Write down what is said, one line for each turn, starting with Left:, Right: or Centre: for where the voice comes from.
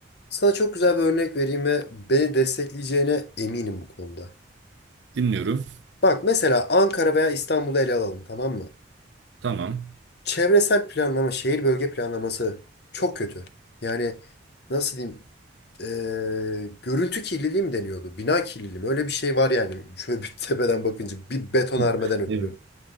Left: Sana çok güzel bir örnek vereyim ve beni destekleyeceğine eminim bu konuda.
Right: Dinliyorum.
Left: Bak mesela Ankara veya İstanbul'u ele alalım tamam mı?
Right: Tamam.
Left: Çevresel planlama, şehir bölge planlaması çok kötü. Yani nasıl diyeyim? eee, görüntü kirliliği mi deniyordu? Bina kirliliği mi? Öyle bir şey var yani. <laughs> Şöyle bir tepeden bakınca bir betonarmeden
Right: <laughs>
Left: ötürü.
Right: Evet.